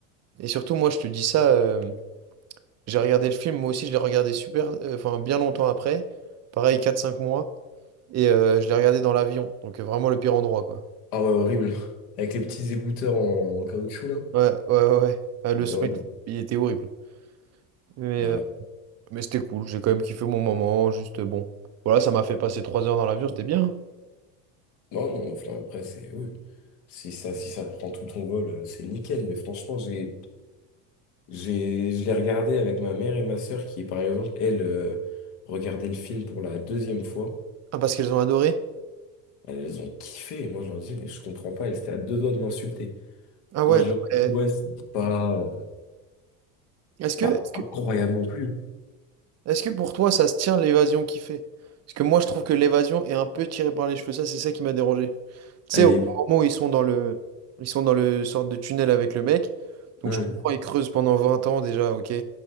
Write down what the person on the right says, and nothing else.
Et surtout, moi, je te dis ça, euh, j'ai regardé le film, moi aussi, je l'ai regardé super, euh, enfin, bien longtemps après. Pareil, quatre cinq mois. Et euh, je l'ai regardé dans l'avion. Donc, euh, vraiment le pire endroit, quoi.
Ouais, ouais, ouais. ouais. Ah, le
son,
il était horrible. Mais,
euh, mais c'était cool, j'ai quand même kiffé mon moment, juste euh, bon. Voilà, ça m'a fait passer 3 heures dans l'avion, c'était bien. hein.
Ah, parce qu'elles ont adoré?
Ah
ouais,
non,
mais-
Est-ce que,
est-ce que,
Est-ce que pour toi, ça se tient l'évasion qu'il fait? Parce que moi, je trouve que l'évasion est un peu tirée par les cheveux. Ça, c'est ça qui m'a dérangé. Tu
sais, au
moment où ils sont dans le, ils sont dans le sorte de tunnel avec le mec. Donc,
je comprends, ils creusent pendant 20 ans déjà, ok.